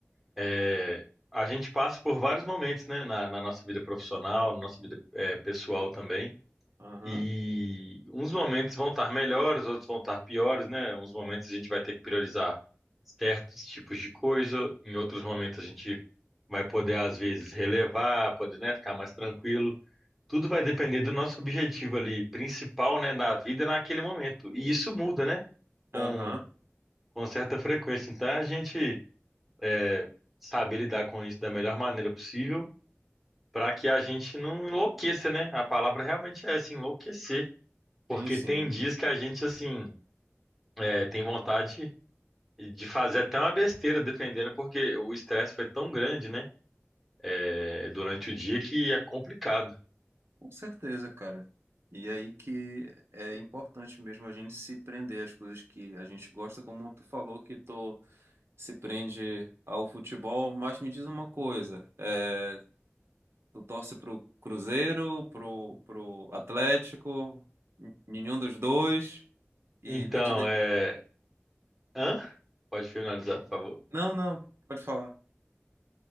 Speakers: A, in the centre; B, on the right.
A: É, a gente passa por vários momentos, né, na, na nossa vida profissional, na nossa vida, é, pessoal também.
B: Aham,
A: E uns momentos vão estar melhores, outros vão estar piores, né? Uns momentos a gente vai ter que priorizar certos tipos de coisa, em outros momentos a gente vai poder, às vezes, relevar, poder, né, ficar mais tranquilo. Tudo vai depender do nosso objetivo ali principal, né, da vida naquele momento. E isso muda, né, com,
B: aham,
A: com certa frequência. Então a gente é, saber lidar com isso da melhor maneira possível, para que a gente não enlouqueça, né? A palavra realmente é essa, enlouquecer. Porque
B: Sim, sim,
A: tem dias que a gente, assim, é, tem vontade de fazer até uma besteira, dependendo, porque o estresse foi tão grande, né? É, durante o dia que é complicado.
B: com certeza, cara. E aí que é importante mesmo a gente se prender às coisas que a gente gosta, como tu falou que tu se prende ao futebol, mas me diz uma coisa, eh, Tu torce pro Cruzeiro, pro, pro Atlético, nenhum dos dois, e
A: Então,
B: vem te... de-
A: é. Hã? Pode finalizar, por favor.
B: Não, não, pode falar.